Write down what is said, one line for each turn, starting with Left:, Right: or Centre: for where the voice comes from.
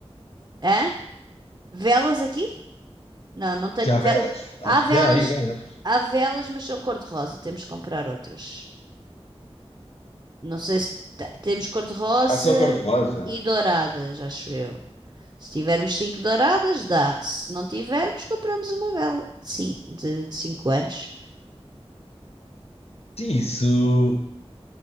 Right: Hã? Velas aqui? Não, não tenho.
Left: Se há
Right: ve-
Left: velas, acho
Right: Há velas,
Left: que há aí velas.
Right: há velas, mas são cor-de-rosa. Temos que comprar outras. Não sei se te- temos cor-de-rosa
Left: Ah, são cor-de-rosa.
Right: e douradas, acho eu. Se tivermos cinco douradas, dá. Se não tivermos, compramos uma vela de cinco, de, de cinco anos.
Left: Sim, isso